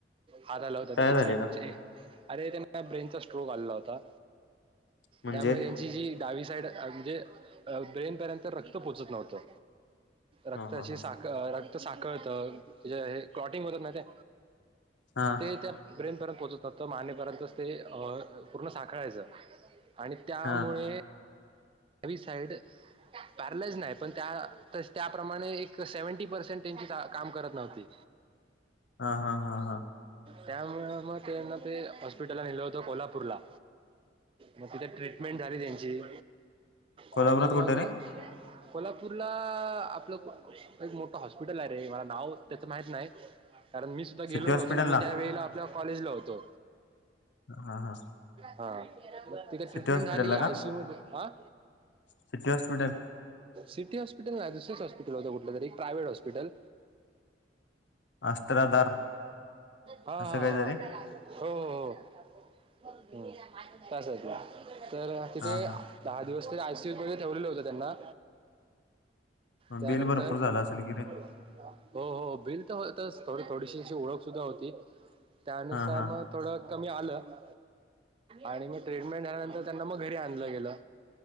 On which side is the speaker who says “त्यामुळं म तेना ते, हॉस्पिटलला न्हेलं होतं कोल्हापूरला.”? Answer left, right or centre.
Right